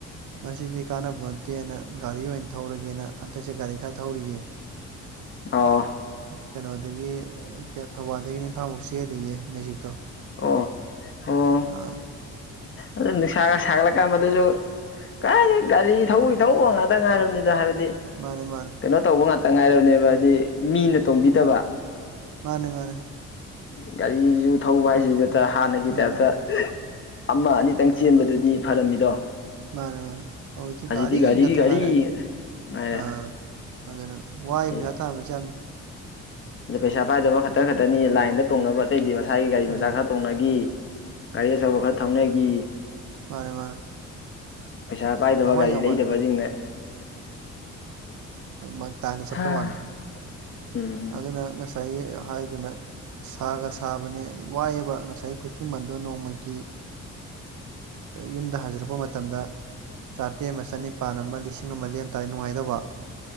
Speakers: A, on the right; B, on the left.
A: ꯃꯁꯤꯗꯤ ꯀꯥꯟꯅꯕꯣꯟꯇꯦꯅ ꯒꯥꯔꯤ ꯑꯣꯏꯅ ꯊꯧꯔꯒꯦꯅ ꯍꯟꯗꯛꯁꯦ ꯒꯥꯔꯤ ꯈꯔ ꯊꯧꯔꯤꯌꯦ <inaudible>
B: ꯑ
A: ꯀꯩꯅꯣꯗꯒꯤ ꯊꯧꯕꯥꯜꯗꯒꯤꯅ ꯏꯝꯐꯥꯜꯐꯥꯎ ꯆꯦꯜꯂꯤꯌꯦ ꯃꯦꯖꯤꯛꯇꯣ
B: ꯑꯣ ꯑꯣ
A: ꯑꯥ
B: ꯑꯗꯨ ꯅꯨꯡꯁꯥꯒ ꯁꯥꯒꯠꯂꯀꯥꯟ ꯃꯗꯨꯁꯨ ꯀꯥꯏꯗꯩ ꯒꯥꯔꯤ ꯊꯧꯕꯩ ꯊꯧꯕꯡꯉꯥꯛꯇ ꯉꯥꯏꯔꯕꯅꯤꯗ ꯍꯥꯏꯕꯗꯤ
A: ꯃꯥꯅꯦ ꯃꯥꯅꯦ
B: ꯀꯩꯅꯣ ꯇꯧꯕ ꯉꯥꯛꯇ ꯉꯥꯏꯔꯕꯅꯦꯕ ꯍꯥꯏꯗꯤ ꯃꯤꯅ ꯇꯣꯡꯕꯤꯗꯕ
A: ꯃꯥꯅꯦ ꯃꯥꯅꯦ
B: ꯒꯥꯔꯤꯁꯨ ꯊꯧꯕ ꯍꯥꯏꯁꯤꯁꯨ ꯍꯥꯟꯅꯒꯤ
A: ꯎꯝ
B: ꯇꯥꯏꯞꯇ ꯑꯃ ꯑꯅꯤ ꯈꯤꯇꯪ ꯆꯦꯟꯕꯗꯨꯗꯤ ꯐꯔꯝꯃꯤꯗꯣ
A: ꯃꯥꯅꯦ ꯃꯥꯅꯦ ꯍꯧꯗꯤ
B: ꯍꯧꯖꯤꯛꯇꯤ
A: ꯒꯥꯔꯤ
B: ꯒꯥꯔꯤꯒꯤ
A: ꯉꯥꯛꯇꯪ
B: ꯒꯥꯔꯤ
A: ꯉꯥꯏꯔꯦ
B: ꯉꯥꯛꯇ ꯉꯥꯏꯔꯦ
A: ꯑꯥ ꯑꯗꯨꯅ ꯋꯥꯏ
B: ꯑꯗꯩ
A: ꯄꯩꯁꯥ ꯇꯥꯥꯟꯕꯁꯦ ꯌꯥꯝꯅ
B: ꯑꯗ ꯄꯩꯁꯥ ꯄꯥꯏꯗꯕ ꯈꯛꯇꯪ ꯈꯛꯇꯅꯤ ꯂꯥꯏꯟꯗ ꯇꯣꯡꯅꯕ ꯑꯇꯩꯗꯤ ꯃꯁꯥꯒꯤ ꯒꯥꯔꯤ
A: ꯎꯝ
B: ꯃꯆꯥ ꯈꯔ ꯇꯣꯡꯅꯈꯤ ꯒꯥꯔꯤ ꯑꯆꯧꯕ ꯈꯔ ꯊꯧꯅꯈꯤ
A: ꯃꯥꯅꯦ ꯃꯥꯅꯦ
B: ꯄꯩꯁꯥ ꯄꯥꯏꯗꯕ
A: ꯌꯥꯝ ꯋꯥꯏ
B: ꯒꯥꯔꯤ
A: ꯌꯥꯝ
B: ꯂꯩꯗꯕꯁꯤꯡꯅ
A: ꯋꯥꯏ ꯂꯥꯏꯟꯗ
B: ꯍꯥ
A: ꯆꯞꯄꯩ ꯋꯥꯅꯤ
B: ꯎꯝ
A: ꯑꯗꯨꯅ ꯉꯁꯥꯏ <unintelligible> ꯍꯥꯏꯗꯨꯅ ꯁꯥꯒ ꯁꯥꯕꯅꯦ ꯋꯥꯏꯑꯦꯕ ꯉꯁꯥꯏ ꯈꯨꯠꯁꯨꯃꯟꯗꯣ ꯅꯣꯡꯃꯒꯤ ꯌꯨꯝꯗ ꯍꯟꯖꯤꯟꯔꯛꯄ ꯃꯇꯝꯗ ꯆꯥꯇ꯭ꯔꯦꯠ ꯑꯃ ꯆꯅꯤꯄꯥꯟ ꯑꯃ ꯂꯤꯁꯤꯡ ꯑꯃ ꯂꯦꯝꯇꯥꯔꯗꯤ ꯅꯨꯡꯉꯥꯏꯗꯕ